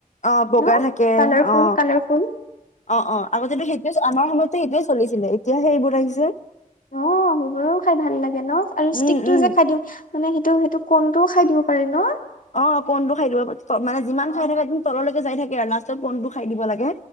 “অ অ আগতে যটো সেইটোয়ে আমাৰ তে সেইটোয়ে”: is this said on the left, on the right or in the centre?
Left